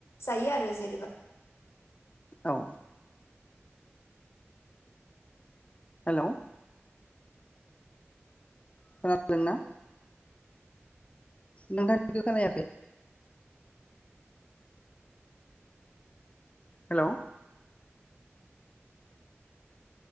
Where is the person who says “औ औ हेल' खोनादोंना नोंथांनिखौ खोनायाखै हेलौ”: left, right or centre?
Left